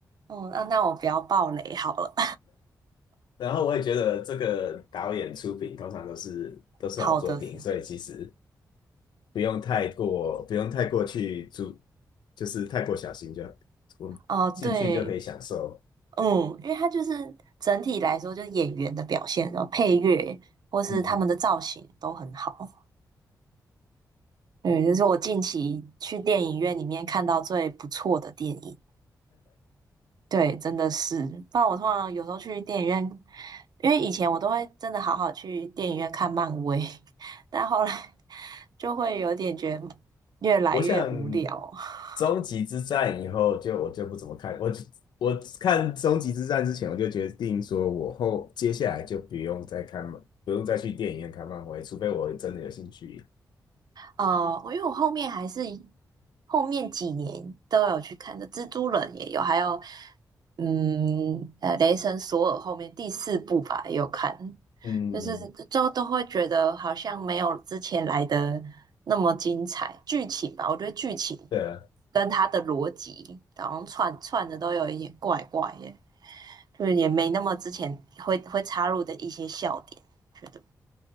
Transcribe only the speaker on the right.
哦，那那我不要爆雷好了。
好的是
哦，对，嗯，因为它就是整体来说，就是演员的表现，然后配乐或是他们的造型都很好。
对，这是我近期去电影院里面看到最不错的电影。对，真的是，不然我通常有时候去电影院，因为以前我都会真的好好去电影院看漫威，<laughs> 但后来 <laughs> 就会有点觉得越来越无聊。
<laughs>
哦，我因为我后面还是后面几年都有去看的，蜘蛛人也有，还有嗯呃，雷神索尔后面第四部吧也有看，
就是就都会觉得好像没有之前来的那么精彩，剧情吧，我觉得剧情
跟它的逻辑好像串串的都有一点怪怪的，就是也没那么之前会会插入的一些笑点，觉得